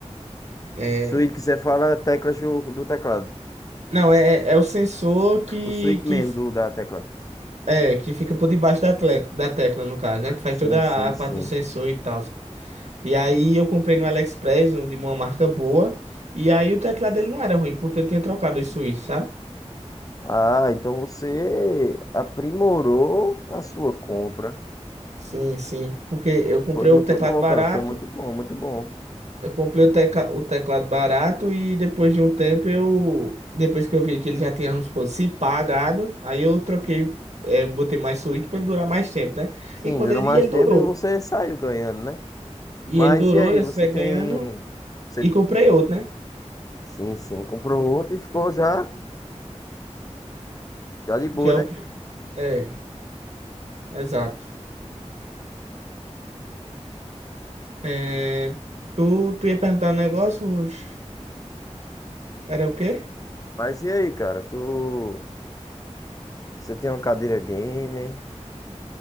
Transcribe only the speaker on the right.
eh,
Não, é, é é o sensor que,
que,
f-
é, que fica por debaixo da, tle- da tecla, no caso, né? Que faz
toda
a
parte do sensor e tal. E aí eu comprei no AliExpress, um de uma marca boa. E aí o teclado dele não era ruim, porque eu tinha trocado os switch, sabe?
Sim, sim. Porque eu comprei
o teclado
barato.
Eu comprei o, teca- o teclado barato e depois de um tempo eu. Depois que eu vi que ele já tinha, vamos supor, se pagado, aí eu troquei, é, botei mais suíte pra ele durar mais tempo, né?
E quando
ele
ia, ele
durou.
E
ele durou,
eu
saí
ganhando
e comprei outro, né?
Já
o quê? É, exato. É, tu, tu ia perguntar um negócio? Ruth? Era o quê?